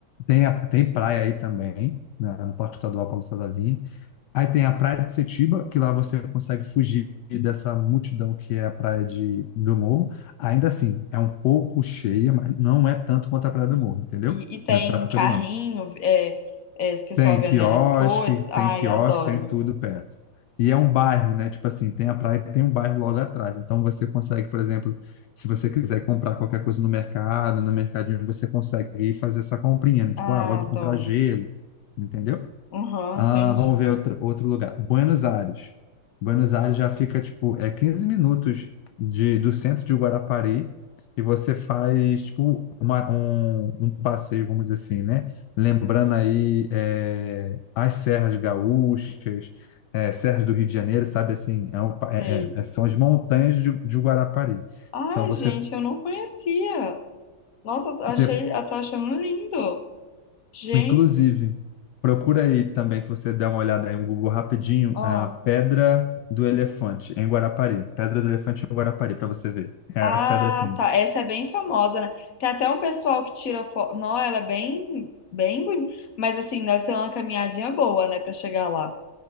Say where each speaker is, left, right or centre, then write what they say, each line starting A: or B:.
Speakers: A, on the left; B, on the left.
A: tem, a, tem praia aí também, na- no Parque Estadual Paulo César Vinha. Aí tem a Praia de Setiba, que lá você consegue fugir dessa multidão que é a Praia de, do Morro. Ainda assim, é um pouco cheia, mas não é tanto quanto a Praia do Morro, entendeu?
B: E, e tem
A: Nessa época
B: carrinho,
A: do ano.
B: é, é, esse pessoal
A: Tem
B: vendendo
A: quiosque,
B: as coisas. Ai,
A: tem quiosque,
B: adoro.
A: tem tudo perto. E é um bairro, né? Tipo assim, tem a praia e tem um bairro logo atrás. Então você consegue, por exemplo, se você quiser comprar qualquer coisa no mercado, no mercadinho, você consegue ir fazer essa comprinha, né? Tipo,
B: Ah,
A: ah, vou
B: adoro.
A: comprar gelo, entendeu?
B: Aham,
A: Ah,
B: entendi.
A: vamos ver outro, outro lugar. Buenos Aires. Buenos Aires já fica, tipo, é 15 minutos de, do centro de Guarapari e você faz, tipo, uma, um, um passeio, vamos dizer assim, né? Lembrando aí é, as Serras Gaúchas, é, Serras do Rio de Janeiro, sabe assim? É um pa- é-
B: Sei.
A: é- é- são as montanhas de, de Guarapari.
B: Ai,
A: Então, você,
B: gente, eu não conhecia. Nossa, achei,
A: de-
B: eu tô achando lindo. Gente,
A: Inclusive, procura aí também, se você der uma olhada aí no Google rapidinho,
B: ó.
A: a Pedra do Elefante em Guarapari. Pedra do Elefante em Guarapari, para você ver. É
B: Ah,
A: a pedra assim.
B: tá. Essa é bem famosa, né? Tem até um pessoal que tira foto. Não, ela é bem, bem bonita. Mas assim, deve ser uma caminhadinha boa, né, pra chegar lá.